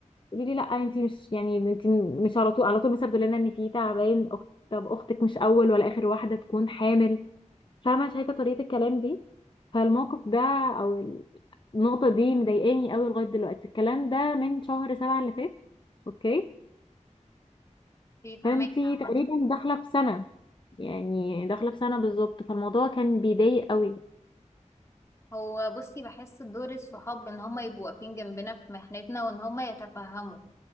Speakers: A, on the left; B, on the left.
A: يقولوا لي لا انت مش يعني انت مش على طول على طول مثلا لنا ان في تعبان أخت طب اختك مش اول ولا اخر واحده تكون حامل فاهمه شايفه طريقه الكلام دي فالموقف ده او ال- النقطه دي مضايقاني قوي لغايه دلوقتي الكلام ده من شهر سبعة اللي فات اوكي
B: في فهمك
A: فانت
B: عامه
A: تقريبا داخله في سنه يعني داخله في سنه بالظبط فالموضوع كان بيضايق قوي
B: هو بصي بحس دور الصحاب ان هما يبقوا واقفين جنبنا في محنتنا وان هما يتفهموا